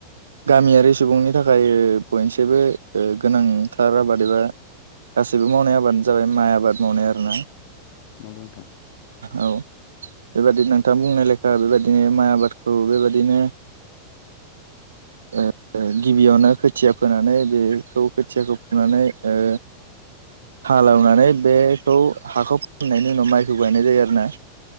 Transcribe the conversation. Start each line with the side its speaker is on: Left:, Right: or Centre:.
Right: गामियारि सुबुंनि थाखाय बयनिसायबो ओ गोनांथार आबाद एबा गासैबो मावनाय आबादानो जाबाय माइ आबाद मावनाय आरोना
Left: नंगौ नोंथां।
Right: औ बेबायदिनो नोंथां बुंनाय लेखा बेबायदिनो माइ आबादखौ बेबायदिनो
Left: <unintelligible>
Right: ओ गिबियावनो खोथिया फोनानै बेखौ खोथियाखौ फुनानै ओ हालेवनानै बे बेखौ हाखौ फामोननायनि उनाव माइखौ गायनाय जायो आरो ना